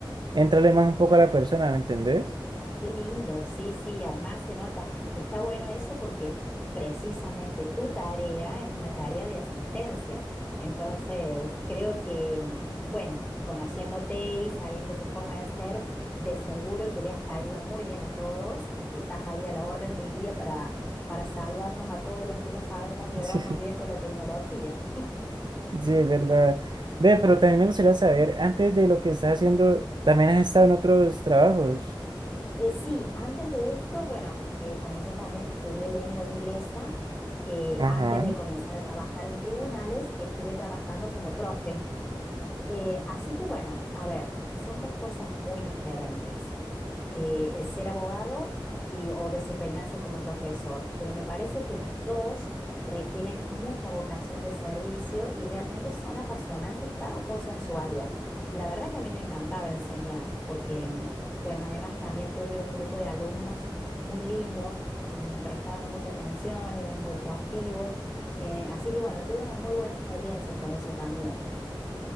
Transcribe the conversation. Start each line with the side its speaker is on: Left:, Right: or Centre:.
Right: entrarle más un poco a la persona, ¿me entendés?
Left: Qué lindo, sí, sí, además se nota, está bueno eso porque precisamente tu tarea es una tarea de asistencia. Entonces, creo que, mm, bueno, conociéndote y sabiendo tu forma de ser, de seguro que le has caído muy bien a todos y que estás ahí a la orden del día para, para salvarnos a todos los que no sabemos llevarnos
Right: <laughs> Sí, sí,
Left: bien con la tecnología.
Right: sí, es verdad. Ve, pero también me gustaría saber, antes de lo que estás haciendo, ¿también has estado en otros trabajos?
Left: Eh, sí, antes de esto, bueno, eh, como yo también estudié lengua inglesa, eh,
Right: Ajá,
Left: antes de comenzar a trabajar en tribunales, estuve trabajando como profe. Eh, así que bueno, a ver, son dos cosas muy diferentes eh, el ser abogado y, o desempeñarse como profesor, pero me parece que las dos requieren mucha vocación de servicio y realmente son apasionantes cada cosa en su área. La verdad que a mí me encantaba enseñar porque, mm, bueno, además también tuve un grupo de alumnos muy lindo, mm, prestaban mucha atención, eran muy proactivos, eh, así que bueno, tuve una muy buena experiencia con eso también.